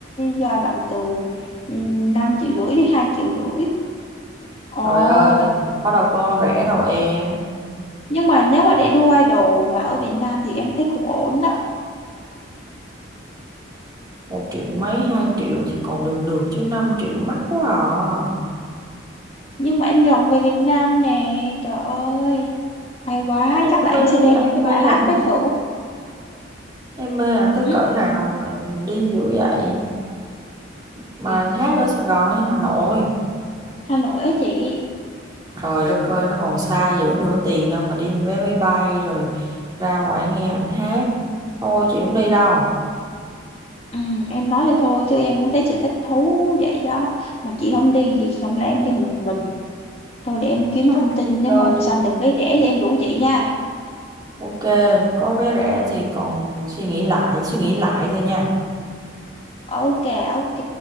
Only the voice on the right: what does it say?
trời ơi có đâu có rẻ đâu em
một triệu mấy hai triệu thì còn được được chứ 5 triệu mắc quá à
em
mê
em
mê
ảnh
em mê ảnh tới
cỡ nào mà đi dữ vậy mà
hát
ở Sài Gòn hay Hà Nội
trời đất ơi nó còn xa dữ nữa tiền đâu mà đi vé máy bay rồi ra ngoài nghe ảnh hát thôi chị không đi đâu
Thôi thôi
mình
đi
chơi
đi
ok có vé rẻ thì còn suy nghĩ lại suy nghĩ lại thôi nha